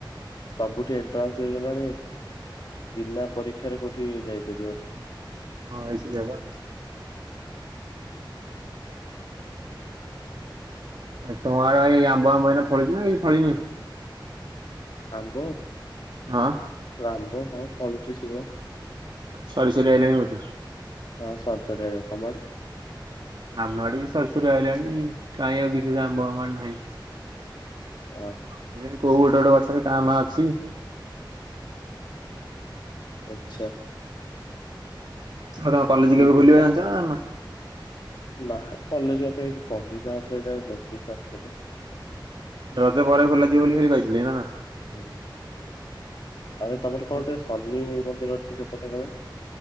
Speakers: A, on the left (about 65°); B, on the right (about 65°).
A: ସବୁଠି ଏଣ୍ଟ୍ରାନ୍ସ ହେଇଗଲାଣି ବିନା ପରୀକ୍ଷାରେ କୋଉଠି ଯାଇପାରିବନି।
B: ହଁ ଭାଇ ସେଇଆ ବା। ଏ ତମ ଆଡେ ଏଇ ଆମ୍ବ ଆମ୍ବଇନା ଫଳୁଚି ନା କିଛି ଫଳିନି।
A: ଆମ୍ବ
B: ହଁ।
A: ଆମ୍ବ ହଁ ପଳୁଛି ସେଭଳି।
B: ସରି ସରି ଆଇଲାଣି ବୋଧେ।
A: ହଁ ସରି ସରି ଆସିଲାଣି ତମ ଆଡ଼େ।
B: ଆମ ଆଡେ ବି ସରସରିୀ ରହିଲାଣି କାହିଁ ଆଉ ବି ସେ ଆମ୍ଭ ଆମ ଆଡ ନାହିଁ।
A: ଓ।
B: ସେମିତି କୋଉ ଗୋଟେ ଗୋଟେ ଗଛରେ କାଁ ଭା ଅଛି।
A: ଆଚ୍ଛା।
B: ଆଉ ତମ କଲେଜ
A: ଯିବି
B: କେବେ ଖୋଲିବା
A: ତ
B: ଜାଣିଛ ନା ଜାଣିନ?
A: ନା କଲେଜ କଥା କିଛି କହିନାହାନ୍ତି ଯ ନୋଟିସ୍ ଆସିନି।
B: ରଜ ପରେ ଖୋଲାଯିବ ବୋଲି ଖାଲି କହିଥିଲି ନା କଣ?
A: ହୁଁ ଆରେ ତମର
B: ହୁଁ
A: କଣ ଟେ ଶନି ମନ୍ଦିର ଅଛି ସେପଟେ କାଳେ।